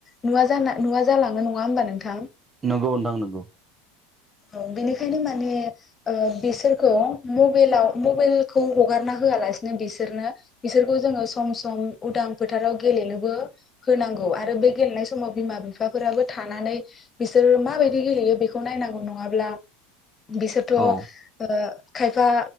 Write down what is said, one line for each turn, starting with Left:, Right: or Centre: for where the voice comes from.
Left: नुवा जान नुवा जालाङो नङा होमबा नोंथां?
Right: नंगौ नोंथां नंगौ।
Left: ओ बेनिखायनो माने ओ बिसोरखौ मबेलाव मबेलखौ हगारना होआलासिनो बिसोरनो बिसोरखौ जोङो सम सम उदां फोथाराव गेलेनोबो होनांगौ आरो बे गेलेनाय समाव बिमा बिफ फाफोराबो थानानै बिसोरो माबायदि गेलेयो बेखौ नायनांगौ नङाब्ला बिसोरथ' ओ
Right: औ
Left: खायफा